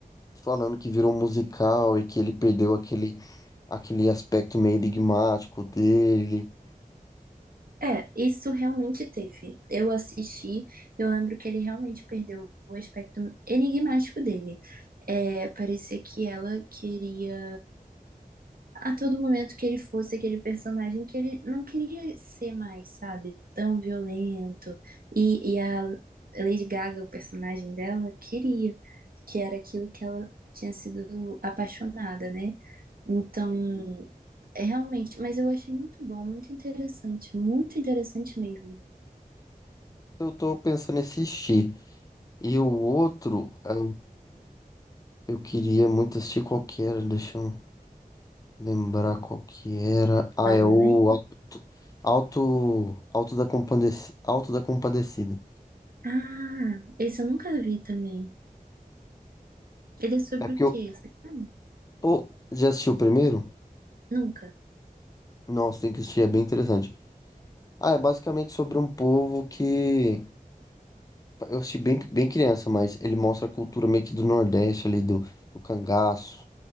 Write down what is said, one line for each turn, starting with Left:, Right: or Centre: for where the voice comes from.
Left: Falando que virou um musical e que ele perdeu aquele, aquele aspecto meio enigmático dele.
Right: É, isso realmente teve. Eu assisti, eu lembro que ele realmente perdeu o aspecto enigmático dele. É, parecia que ela queria a todo momento que ele fosse aquele personagem que ele não queria ser mais, sabe? Tão violento. E, e a Lady Gaga, o personagem dela, queria, que era aquilo que ela tinha sido apaixonada, né? Então, é realmente, mas eu achei muito bom, muito interessante, muito interessante mesmo.
Left: Eu tô pensando em assistir. E o outro, ah, eu queria muito assistir qualquer, deixa eu Lembrar qual que era. Ah,
Right: Lá,
Left: é
Right: né?
Left: o Alto, Alto, Alto da Compadecida. Alto da Compadecida.
Right: Ah, esse eu nunca vi também. Ele é sobre
Left: É porque
Right: o
Left: eu.
Right: quê? Você sabe?
Left: Pô, já assistiu o primeiro?
Right: Nunca.
Left: Nossa, tem que assistir, é bem interessante. Ah, é basicamente sobre um povo que. Eu assisti bem, bem criança, mas ele mostra a cultura meio que do Nordeste ali, do, do cangaço.